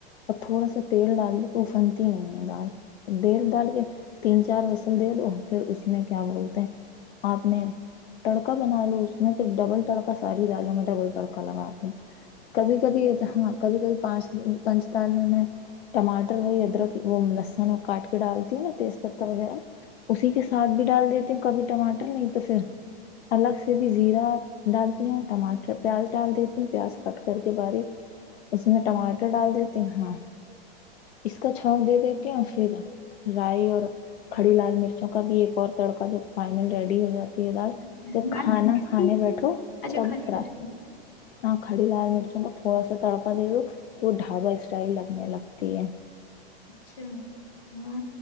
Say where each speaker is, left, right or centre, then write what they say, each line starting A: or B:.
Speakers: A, on the left (about 85°); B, on the left (about 55°).
A: اور تھوڑا سا تیل ڈال دو وہ پھنتی نہیں ہے دال دیل ڈال کے تین چار وسن دے دو پھر اس میں کیا بولتے ہیں آپ نے تڑکا بنا لو اس میں تو ڈبل تڑکا ساری دالوں میں ڈبل تڑکا لگاتی ہوں کبھی کبھی یہ تھااں کبھی کبھی پانچ پانچ تال میں میں ٹاٹر وہی ادرک وہ لسن کاٹ کے ڈالتی ہوں نا تیز پتہ وغیرہ اسی کے سھ بھی ڈال دیتی ہوں کبھی ٹماٹر نہیں تو پھر الگ سے بھی زیرا ڈالتی ہوں ٹماٹر پیاز ڈال دیتی ہوں پیاز کٹ کر کے باریک اس میں ٹاٹر ڈال دی ہاں اس کا چوک دے دیتی ہ اور پھر رائی اور کھڑی لال مرچوں کا بھی ایک اور تڑکا جب فائنل ریڈی ڈی ہزار دال
B: لال
A: جب کھانا
B: مرچ
A: کھانے
B: بھی
A: بیٹھو
B: اچھا
A: تب
B: کھاری
A: فرا
B: لال مرچ،
A: ہاں کھڑی لال مرچوں کا تھوڑا سا تڑکا دے دو تو وہ ڈھابا اسٹائل لگنے لگتی ہے
B: اچھا ہاں